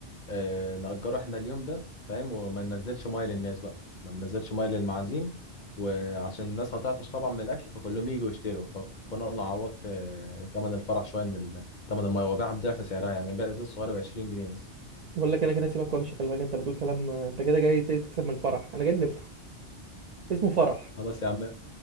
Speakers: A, on the left; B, on the right.
A: آه، نأجره احنا اليوم ده فاهم وما ننزلش ميه للناس بقى ما ننزلش ميه للمعازيم وعشان الناس هتعطش طبعا من الاكل فكلهم يجوا يشتروا فكنا انا عوضت آه، تمن الفرح شويه من ال- تمن الميه وبيعها بضعف سعرها يعني البيع الازاز الصغير ب 20 جنيه بس
B: بقول لك انا كده سيبك وامشي خلي بالك انت بتقول كلام انت كده جاي ت- تكسب من الفرح انا جاي نفرح اسمه فرح
A: خلاص يا عم